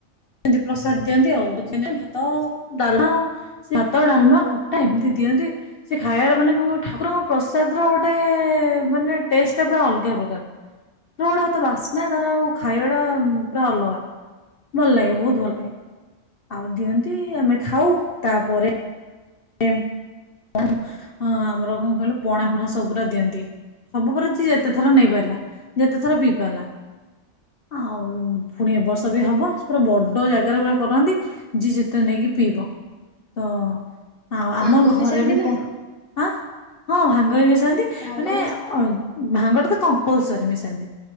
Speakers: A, on the left; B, on the right.
A: ନ୍ତି ପ୍ରସାଦ ଦିଅନ୍ତି ଆଉ ଯେମିତି ଭାତ ଡାଲମା ଭାତ ଡାଲମା ଖଟା ଏମିତି ଦିଅନ୍ତି, ସେ ଖାଇବାର ମାନେ କଣ କହ ଠାକୁରଙ୍କ ପ୍ରସାଦର ଗୋଟେ ମାନେ ଟେଷ୍ଟ ଟା ପୁରା ଅଲଗା ପ୍ରକାର, ଭୋଗଟା ଏତେ ବାସ୍ନା ତାର ଆଉ ଖାଇବା ଟା ପୁରା ଅଲଗା, ଭଲ ଲାଗେ। ବହୁତ ଭଲ ଲାଗେ, ଆଉ ଦିଅନ୍ତି ଆମେ ଖାଉ, ତାପରେ ଏ- <inaudible> ଅଁ, ଆମର କଣ କହିଲୁ ପଣା ଫଣା ସବୁ ପୁରା ଦିଅନ୍ତି, ସବୁ ପୁରା ଯିଏ ଯେତେ ଥର ନେଇ ପାରିଲା, ଯେତେ ଥର ପିଇ ପାରିଲା, ଆଉ ପୁଣି ଏ ବର୍ଷ ବି ହବ, ପୁରା ବଡ ଜାଗାରେ ପୁରା କରନ୍ତି ଯିଏ ଯେତେ ନେଇକି ପିଇବ, ତ ଆଉ
B: ଭାଙ୍ଗ
A: ଆମ ଘରେ
B: ମିଶାନ୍ତି
A: ବି
B: ନା।
A: ପ- ଆଁ, ହଁ ଭାଙ୍ଗ ହି ମିସ୍ ଯାଆନ୍ତି
B: ଭାଙ୍ଗ
A: ମାନେ
B: ମିଶା
A: ଅ ଭାଙ୍ଗ ଟା ତ କମ୍ପଲସରି ମିଶାନ୍ତି।